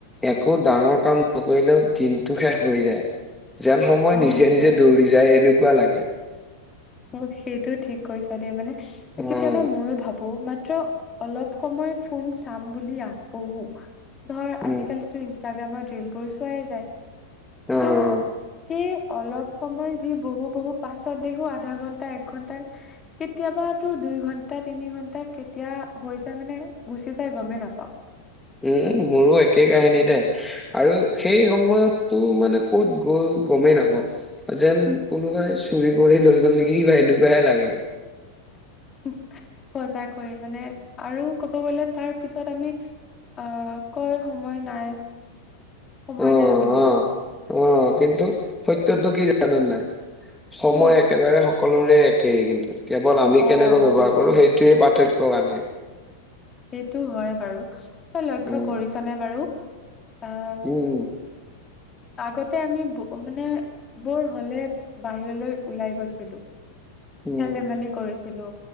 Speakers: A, in the centre; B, on the left.
A: একো ডাঙৰ কাম নকৰিলেও দিনটো শেষ হৈ যায় যেন সময়
B: অ'
A: নিজে
B: হয়
A: নিজে দৌৰি যায় এনেকুৱা লাগে
B: অ', সেইটো ঠিক কৈছ দেই মানে
A: উম,
B: কেতিয়াবা ময়ো ভাবো মাত মাত্ৰ অলপ সময় ফোন চাম বুলি আহো বহো, ধৰ
A: উম,
B: আজিকালিটো ইনষ্টা ইষ্টাগ্ৰামত ৰিলবোৰ চোৱাই যায়
A: অ', অ'।
B: ত' সেই অলপ সময় যি বহু-বহু পাছত দেখো আ আধা ঘন্টা এক ঘণ্টা কেতিয়াবাতটো দুই ঘণ্টা তিনি ঘন্টা কেতিয়া হৈ যায় মানে গুচি যাই গমেই নাপাওঁ
A: উম মোৰো একে কাহিনী দে আৰু সেই সময়তো মানে ক'ত গ'ল গমেই নাপাওঁ যেন কোনোবাই চুৰি কৰি লৈ গ'ল নেকি কিবা এনেকুৱাহে লাগে।
B: <inaudible> সজাগ হৈ মানে আৰু ক'ব গ'লে তাৰ পিছত আমি আহ কয় সময় নাই সময়
A: অ',
B: নাই বুলি।
A: অ'। অ' কিন্তু সত্যটো কি জানো নাই সময়
B: উম
A: একেবাৰে সকলোৰে একেই কিন্তু কেৱল আমি
B: অ
A: কেনেকৈ ব্যৱহাৰ
B: অ সেইটো
A: কৰো
B: হয়
A: সেইটোয়ে পাৰ্থক্য কাৰনে।
B: সেইটো হয় বাৰু তই লক্ষ্য
A: উম,
B: কৰিছ নে বাৰু আহ
A: উম,
B: আগতে আমি মানে বৰ হলে বাহিৰলৈ ওলাই গৈছিলো।
A: উম।
B: খেল ধেমালি কৰিছিলো